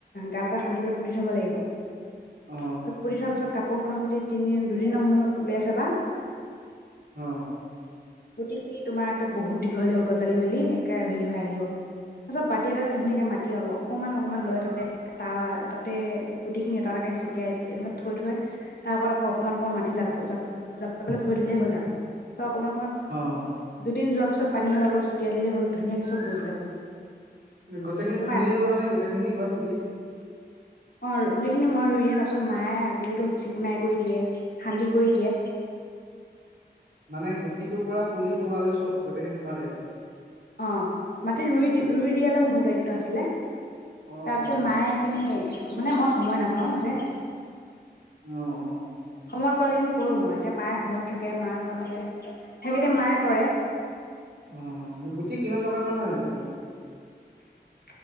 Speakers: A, on the left; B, on the right.
A: গাঁত এটা খান্দি পেলাই পুতি থব লাগিব
B: অ',
A: চব <unintelligible> থোৱা পিছত কাপোৰখনৰ সৈতে তিনিদিন দুদিনৰ মূৰত ওলাই চাবা।
B: অ।
A: গোটি খিনি তোমাৰ একে বহুত দি দীঘল দীঘল গজালি মেলি একে হেৰি হৈ আহিব তাৰপিছত বাতি এটা ধুনীয়াকে মাটি অলপ অকমান অকণমান লৈ তাতে ত তাতে গুটিখিনি এটা তাকে ছটিয়াই থৈ থৈ তাৰ ওপৰত আকৌ অকমান অকমান মাটি জাপ জাপ জাপি পিলে থৈ দিলেই হ'ল আৰু চ অকমান অকমান
B: অ'।
A: দুদিন যোৱা পানী অলপ অলপ ছটিয়াই দিলে, হ'ল ধুনীয়াকে চব গুচি যাব।
B: গোটেইখিনি
A: তোমাৰ
B: তুমি ৰোৱা নাই গোটেইখিনি ঘৰত প
A: অ গোটেই খিনি মই ৰুই দিয়ে তাৰপিছত মায়ে গুৰিটোত চিকুনাই কৰি দে খান্দি কৰি দিয়ে
B: মানে গো সিটোৰ পৰা পুলিটো হোৱালে চব গোটেই কিন্তু তোমাৰ দায়িত্ব?
A: অ মাটিত ৰুই
B: অ আচ্ছা
A: ৰুই দিয়ালেও মোৰ দায়িত্ব আছিলে,
B: অ
A: তাৰপিছত
B: অ
A: মায়ে সেইখিনি মানে মই সময় নাপাওঁ যে।
B: আহ, অ।
A: সময় পোৱৰাকেইদিন কৰোঁ মই এতিয়া মায়ে ঘৰত থাকে মাৰ ঘৰত থাকে সেইকেইদিন মায়ে কৰে।
B: অ গুটি কিমান টকাৰ মান দিছিলা?
A: <unintelligible>